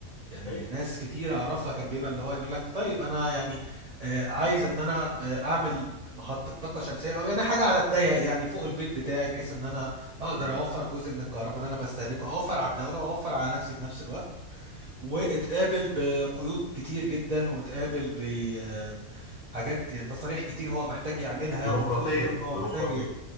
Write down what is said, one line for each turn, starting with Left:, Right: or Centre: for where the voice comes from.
Right: يعني
Left: أيوة.
Right: ناس كتير أعرفها كان بيبقى اللي هو يقول لك طيب أنا يعني آه، عايز إن أنا آه، أعمل محطة طاقة شمسية أو يعني حاجة على الضيق يعني فوق البيت بتاعي بحيث إن أنا أقدر
Left: مم.
Right: أوفر جزء من الكهرباء اللي أنا بستهلكه أوفر على الدولة وأوفر على نفسي في نفس الوقت واتقابل بقيود كتير جدا واتقابل بحاجات يعني تصاريح كتير هو محتاج يعملها
Left: بيروقراطيه
Right: وفلوس كتير هو
Left: بيروقراطيه
Right: محتاج ي-